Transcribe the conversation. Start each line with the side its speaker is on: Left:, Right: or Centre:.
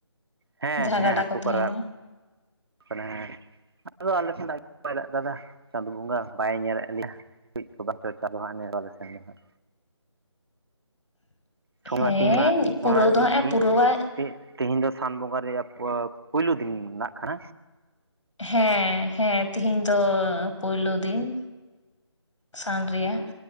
Right: ᱦᱮᱸ
Left: ᱡᱟᱦᱟᱸ
Right: ᱦᱮᱸ
Left: ᱜᱟᱰᱟ
Right: ᱦᱟᱠᱩ
Left: ᱛᱟᱦᱮᱱᱟ
Right: ᱠᱚ ᱨᱟᱠᱟᱵ ᱠᱟᱱᱟ ᱟᱫᱚ ᱟᱞᱮ ᱥᱮᱱᱟᱜ ᱜᱮ ᱚᱝᱠᱟᱭᱫᱟ ᱪᱟᱸᱫᱳ ᱵᱚᱸᱜᱟ ᱵᱟᱭ ᱧᱮᱞᱮᱫ ᱞᱮᱭᱟ ᱠᱟᱹᱡ ᱠᱚ ᱵᱟᱝ ᱪᱟᱸᱫᱚ ᱦᱟᱸᱜ ᱱᱮ ᱵᱟᱞᱮ ᱥᱮᱱ ᱫᱚ ᱦᱟᱸᱜ ᱴᱷᱚᱸᱜᱟ
Left: ᱦᱮᱸ
Right: ᱛᱤᱧ ᱢᱟ
Left: ᱯᱩᱨᱟᱹᱣ
Right: ᱚᱱᱟ
Left: ᱫᱚ ᱦᱟᱸᱜ ᱮ
Right: ᱛᱤᱦᱤᱧ
Left: ᱯᱩᱨᱟᱹᱣᱟ
Right: ᱛᱮ ᱛᱮᱦᱮᱧ ᱫᱚ ᱥᱟᱱ ᱵᱚᱸᱜᱟ ᱨᱮᱭᱟᱜ ᱯᱳᱭᱞᱳ ᱫᱤᱱ ᱱᱟᱜ ᱠᱷᱟᱱ
Left: ᱦᱮᱸ ᱦᱮᱸ ᱛᱮᱦᱮᱧ ᱫᱚ ᱯᱳᱭᱞᱳ ᱫᱤᱱ ᱥᱟᱱ ᱨᱮᱭᱟᱜ